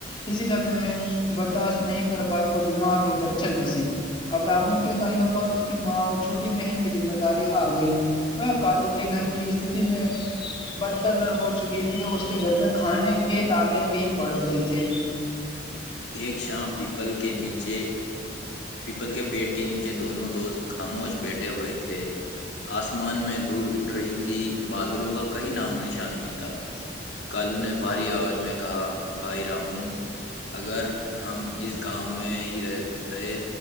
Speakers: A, on the left; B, on the left.
A: اسی سدے میں برداشت نہیں کر پائے اور بیمار ہو کر چل بسے ابراموں کے کندھوں پر اس کی ماں اور چوٹی بہن کی ذمہ داری آ گئی وہ کالو کے گھر کی استتی میں بدتر در ہو چکی تھی اور اس کے گھر میں کھانے کے لالے بھی پڑ گئے تھے
B: ایک شام پیپل کے نیچے پیپل کے پیڑ کے نیچے دونوں دوست خاموش بیٹھے ہوئے تھے آسمان میں دھول اٹھ رہی تھی بادلوں کا کہیں نام و نشان نہیں تھا کالو نے بھاری آواز میں کہا بھائی رامو اگر ہم اس گاؤں میں ہی رہ رہے